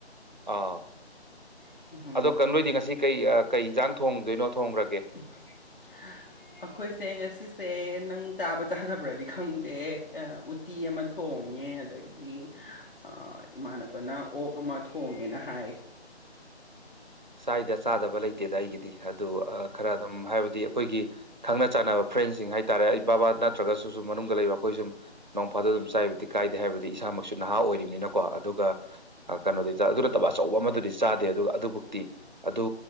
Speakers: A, on the right (about 45°); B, on the left (about 55°).
A: ꯑꯥ
B: <unintelligible>
A: ꯑꯗꯣ ꯀ ꯅꯣꯏꯗꯤ ꯉꯁꯤ ꯀꯩ ꯑꯥ ꯀꯩ ꯏꯟꯖꯥꯡ ꯊꯣꯡꯗꯣꯏꯅꯣ ꯊꯣꯡꯒ꯭ꯔꯒꯦ
B: ꯎꯝ ꯍꯥ ꯑꯈꯣꯏꯁꯦ ꯉꯁꯤꯁꯦ ꯅꯪ ꯆꯥꯕ꯭ꯔꯥ ꯆꯥꯗꯕ꯭ꯔꯥꯗꯤ ꯈꯪꯗꯦ ꯑꯥ ꯎꯠ ꯇꯤ ꯑꯃ ꯊꯣꯡꯉꯦ ꯑꯗꯒꯤ ꯑꯥ ꯏꯃꯥꯟꯅꯕꯅ ꯑꯣꯛ ꯑꯃ ꯊꯣꯡꯉꯦꯅ ꯍꯥꯏ
A: ꯆꯥꯏꯗꯥ ꯆꯥꯗꯕ ꯂꯩꯇꯦꯗꯥ ꯑꯩꯒꯤꯗꯤ ꯑꯗꯨ ꯑꯥ ꯈꯔ ꯑꯗꯨꯝ ꯍꯥꯏꯕꯗꯤ ꯈꯣꯏꯒꯤ ꯈꯪꯅ ꯆꯥꯟꯅꯕ ꯐ꯭ꯔꯦꯟꯁꯤꯡ ꯍꯥꯏꯇꯥꯔꯦ ꯑꯩ ꯕꯥ ꯕꯥ ꯅꯠꯇ꯭ꯔꯒ ꯁꯨ ꯁꯨ ꯃꯅꯨꯡꯗ ꯂꯩꯕ ꯑꯩꯈꯣꯏ ꯁꯨꯝ ꯅꯣꯡꯐꯥꯗꯣ ꯗꯨꯝ ꯆꯥꯏꯕꯨꯗꯤ ꯀꯥꯏꯗꯦ ꯍꯥꯏꯕꯗꯤ ꯏꯁꯥꯃꯛꯁꯨ ꯅꯍꯥ ꯑꯣꯏꯔꯤꯝꯅꯤꯅꯀꯣ ꯑꯗꯨꯒ ꯑꯥ ꯀꯅꯣꯗꯤ ꯆꯥ ꯑꯗꯨ ꯅꯠꯇꯕ ꯑꯆꯧꯕ ꯑꯃꯥꯗꯨꯗꯤ ꯆꯥꯗꯦ ꯑꯗꯨꯒ ꯑꯗꯨꯕꯨꯛꯇꯤ ꯑꯗꯨ